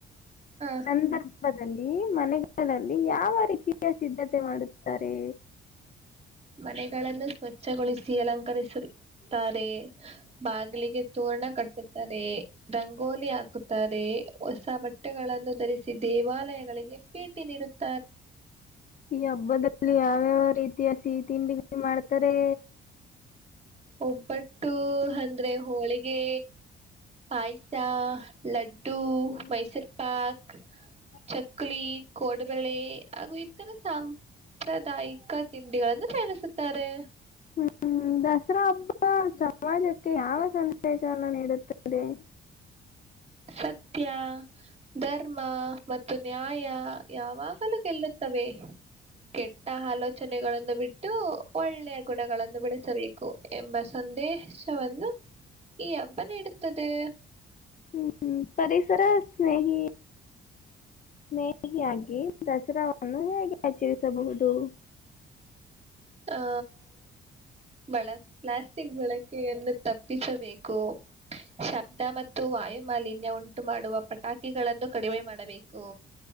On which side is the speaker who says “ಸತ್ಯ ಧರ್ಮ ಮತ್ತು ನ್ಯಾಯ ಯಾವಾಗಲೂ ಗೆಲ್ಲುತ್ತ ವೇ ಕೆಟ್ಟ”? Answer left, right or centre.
Right